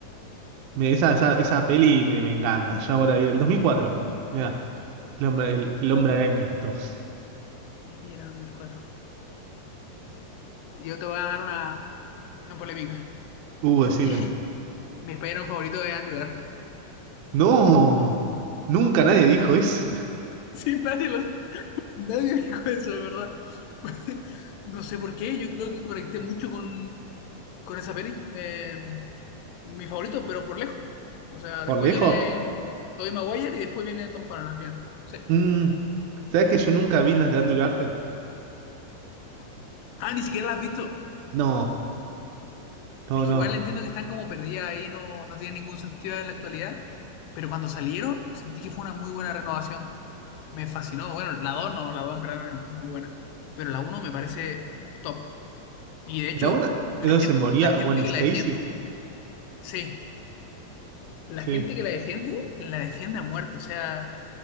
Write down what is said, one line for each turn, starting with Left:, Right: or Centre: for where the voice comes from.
Right: me- esa, esa, esa peli me, me encanta. Ya ahora vi el 2004. Mira, el hombre, el, el hombre
Left: No,
Right: araña 2.
Left: mira, 2004. Yo te voy a dar una opinión polémica.
Right: Uh,
Left: Mi,
Right: decime.
Left: <laughs> mi spider favorito es Andrew Garfield,
Right: No,
Left: sin duda. <laughs>
Right: nunca nadie dijo eso.
Left: Sí, nadie, lo, nadie dijo eso, de verdad. <laughs> No sé por qué, yo creo que conecté mucho con, con esa peli. Me, mi favorito, pero por lejos. O sea,
Right: <laughs> Por
Left: después
Right: lejos.
Left: viene Tobey Maguire y después viene Tom Holland al final. Sí.
Right: Mm, ¿sabes que yo nunca vi las de Andrew Garfield?
Left: Ah, ni siquiera la has visto.
Right: No, no,
Left: Es que
Right: no.
Left: igual entiendo que están como perdidas ahí, no, no tiene ningún sentido en la actualidad. Pero cuando salieron, sentí que fue una muy buena renovación. Me fascinó. Bueno, la 2 no, la 2 en verdad no no es muy buena. Pero la uno me parece top. Y de hecho,
Right: La una es
Left: la
Right: donde
Left: gente,
Right: se moría
Left: la gente
Right: Gwen Stacy.
Left: que la defiende, sí, la
Right: Sí.
Left: gente que la defiende, la defiende a muerte. O sea,